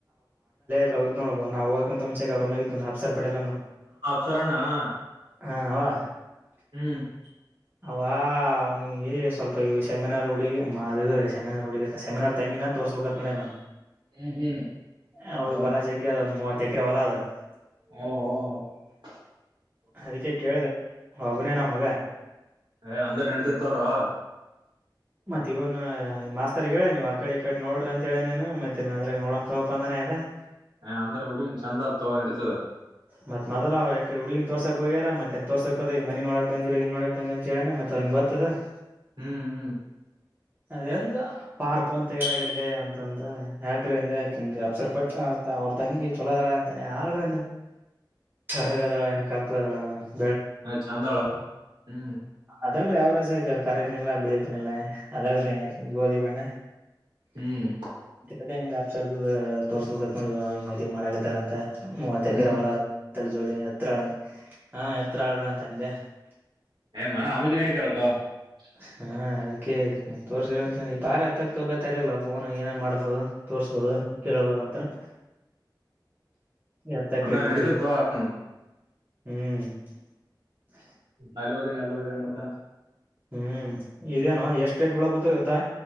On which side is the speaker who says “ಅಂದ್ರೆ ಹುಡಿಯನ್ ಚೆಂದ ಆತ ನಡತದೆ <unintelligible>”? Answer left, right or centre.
Right